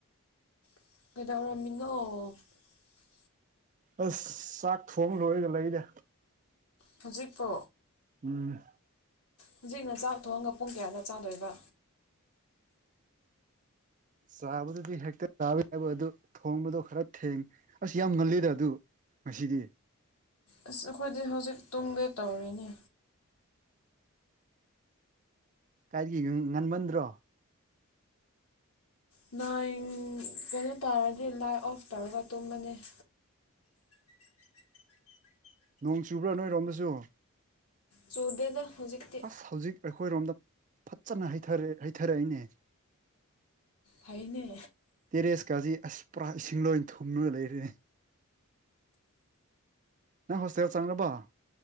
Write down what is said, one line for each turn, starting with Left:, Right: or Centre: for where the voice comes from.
Left: ꯀꯩꯗꯧꯔꯝꯃꯤꯅꯣ
Right: ꯑꯁ ꯆꯥꯛ ꯊꯣꯡ ꯂꯣꯏꯔꯒ ꯂꯩꯅꯦ
Left: ꯍꯧꯖꯤꯛꯄꯣ
Right: ꯎꯝ
Left: ꯍꯨꯖꯤꯛꯅ ꯆꯥꯛ ꯊꯣꯡꯉꯒ ꯄꯨꯡ ꯀꯌꯥꯗ ꯆꯥꯗꯣꯏꯕ
Right: ꯆꯥꯕꯗꯨꯗꯤ ꯍꯦꯛꯇ ꯆꯥꯕ <unintelligible> ꯑꯗꯨ ꯊꯣꯡꯕꯗꯣ ꯈꯔ ꯊꯦꯡ ꯑꯁ ꯌꯥꯝ ꯉꯜꯂꯤꯗ ꯑꯗꯨꯕꯨ ꯉꯁꯤꯗꯤ
Left: ꯑꯁ ꯑꯈꯣꯏꯗꯤ ꯍꯧꯖꯤꯛ ꯇꯨꯝꯒꯦ ꯇꯧꯔꯤꯅꯦ
Right: ꯀꯥꯏꯗꯒꯤ ꯉꯟꯃꯟꯗ꯭ꯔꯣ
Left: <unintelligible> ꯀꯩꯅꯣ ꯇꯧꯔꯗꯤ ꯂꯥꯏꯠ ꯑꯣꯐ ꯇꯧꯔꯒ ꯇꯨꯝꯕꯅꯦ <unintelligible>
Right: ꯅꯣꯡ ꯆꯨꯕ꯭ꯔ ꯅꯣꯏꯔꯣꯝꯗꯁꯨ
Left: ꯆꯨꯗꯦꯗ ꯍꯧꯖꯤꯛꯇꯤ
Right: ꯑꯁ ꯍꯧꯖꯤꯛ ꯑꯩꯈꯣꯏꯔꯣꯝꯗ ꯐꯠꯖꯅ ꯍꯩꯊꯔꯦ ꯍꯩꯊꯔꯛꯏꯅꯦ
Left: ꯐꯩꯅꯦ
Right: ꯇꯦꯔꯦꯁꯀꯥꯁꯤ ꯑꯁ ꯄꯨꯔꯥ ꯏꯁꯤꯡ ꯂꯣꯏ ꯊꯨꯝꯂ ꯂꯩꯔꯦꯅꯦ ꯅꯪ ꯍꯣꯁꯇꯦꯜ ꯆꯪꯂꯕꯣ